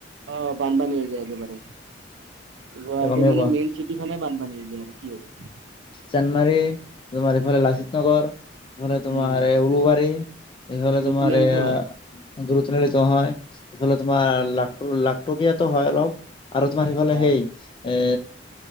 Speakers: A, on the right; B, on the left.
A: অ', বানপানী হৈ যায় একেবাৰে। গুৱাহাটী
B: গমেই
A: মানে
B: পোৱা
A: মেইন চিটি খনে বানপানী হৈ যায় আৰু কি হ'ব
B: চানমাৰী তোমাৰ ইফালে লাচিত নগৰ এইফালে তোমাৰ
A: উম
B: উলুবাৰী, এইফাল
A: যদি
B: তোমাৰ
A: তিনিআলিটো
B: এইয়া
A: হয়
B: <unintelligible> হয়, এইফালে তোমাৰ লাকত' লাখত'কিয়াতো হয় অলপ আৰু তোমাৰ সিফালে
A: অ
B: সেই এ,